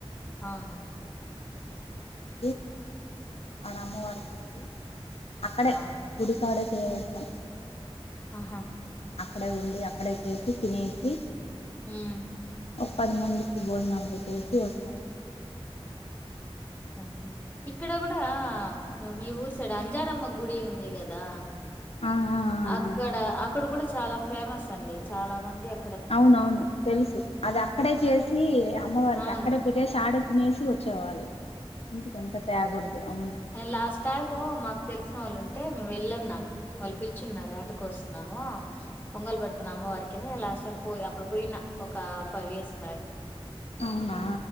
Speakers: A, on the left; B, on the left.
A: అవును
B: అవన్నీ వారికి ఆడ అమ్మ వారు పెట్టి అక్కడే
A: ఆ
B: గుడి కాడే చేస్తాం
A: ఆహా
B: అక్కడే ఉండి అక్కడే చేసి తినేసి
A: హమ్
B: ఒక పది మందికి బోజనాలు పెట్టేసి వచ్చాం
A: ఓకే ఇక్కడ కూడా మీ ఊరు సైడ్ అంజారమ్మ గుడి ఉంది కదా
B: ఆ ఆ ఆ
A: అక్కడ అక్కడ కూడా చాలా ఫేమస్ అండి చాలా మంది అ
B: అవునవును తెలుసు అది అక్కడే చేసి అమ్మవారికి
A: అవును
B: అక్కడే పెట్టి అంటే చేసి ఆడే తినేసి వచ్చేవాలి ఇంటికి ఎంత తేగకూడదు అవును
A: అ లాస్ట్ టైమ్ మాకు తెలిసిన వాళ్ళు ఉంటే మేము వెళ్ళన్నాము వాళ్ళు పిలుచున్నారు వేట కోస్తున్నాము పొంగల్ పెడుతున్నా అమ్మ వారికినే లాస్ట్ టైం పోయి అప్పుడు పోయిన ఒక ఫైవ్ ఇయర్స్ బ్యాక్
B: అవునా